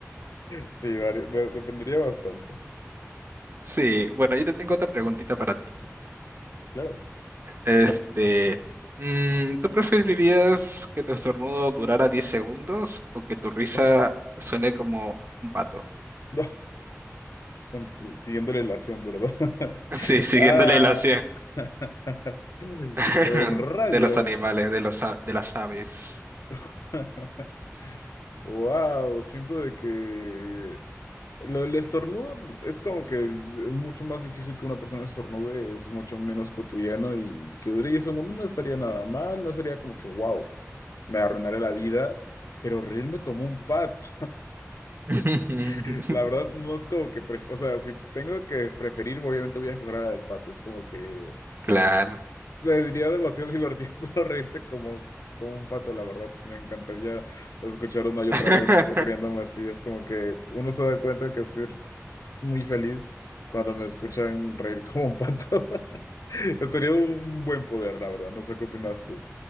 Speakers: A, on the left (about 80°); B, on the right (about 45°).
A: Sí, varia- de- dependería bastante,
B: Sí, bueno, yo te tengo otra preguntita para ti.
A: claro.
B: Este, mm, ¿tú preferirías que tu estornudo durara 10 segundos o que tu risa
A: Oh,
B: suene como un pato?
A: No, con- siguiendo la relación, ¿verdad?
B: <laughs>
A: <laughs>
B: Sí, siguiendo
A: Ah,
B: la ilación
A: <laughs>
B: <laughs>
A: oh, rayos.
B: de los animales, de los, a- de las aves.
A: <laughs> Wow, siento de que lo, el estornudo es como que es mucho más difícil que una persona estornude, es mucho menos cotidiano y que dure 10 segundos no estaría nada mal, no sería como que wow, me arruinaré la vida, pero reírme como un pato,
B: <laughs>
A: <laughs> la verdad no es como que, pref- o sea, si tengo que preferir, obviamente voy a jugar a la del pato, es como que
B: Claro.
A: Sería demasiado divertido <laughs> solo reírte como, como un pato, la verdad. Me encantaría escuchar una y otra
B: <laughs>
A: vez riéndome así. Es como que uno se da cuenta que estoy muy feliz cuando me escuchan reír como un pato. <laughs> Sería un buen poder, la verdad. No sé qué opinas tú.